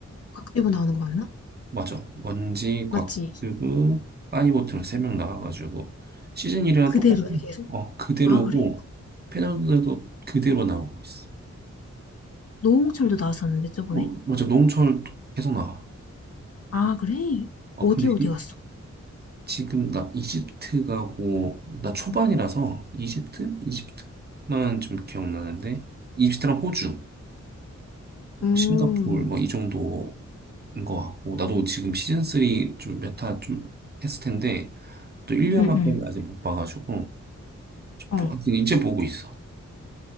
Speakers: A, on the left (about 55°); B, on the right (about 35°).
A: 곽튜브 나오는 거 맞나?
B: 맞아. 원지, 곽튜브,
A: 맞지?
B: 빠니보틀 세 명 나와가지고 시즌 1이랑
A: 그대로야,
B: 똑같은,
A: 계속?
B: 어, 그대로고
A: 아, 그래?
B: 패널들도 그대로 나오고 있어.
A: 노홍철도 나왔었는데, 저번에?
B: 어, 맞아. 농철 계속 나와.
A: 아, 그래?
B: 어,
A: 어디
B: 근데
A: 어디
B: 이-
A: 갔어?
B: 지금 나 이집트 가고 나 초반이라서 이집트? 이집트만 좀 기억나는데 이집트랑 호주,
A: 음,
B: 싱가포르 뭐 이 정도인 것 같고 나도 지금 시즌 3 좀 메타 좀 했을 텐데 또 1류아밖에
A: 응, 응,
B: 아직 못 봐가지고 좀
A: 어.
B: 보- 하여튼 이제 보고 있어.